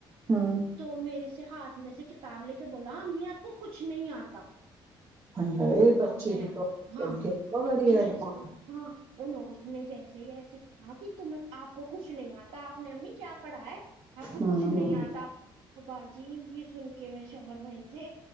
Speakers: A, on the right (about 25°); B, on the right (about 75°).
A: ہوں
B: تو میرے سے ہاتھ میر سے کتاب لے کے بولا امی آپ کو کچھ نہیں آتا
A: ہاں بچے
B: اب میں
A: بھی تو آج
B: ہاں
A: کل کے بڑی
B: اچھا
A: ایڈوانس
B: ہے چلو ہاں انہو اس نے جیسے ہی ایسے ہاں قی تمیں آپ کو کچھ نہیں آتا آپ نے امی کیا پڑھا ہے آپ کو
A: ہوں
B: کچھ نہیں
A: ہوں
B: آتا باجی بھی سن کے میں شوہر وہیں تھے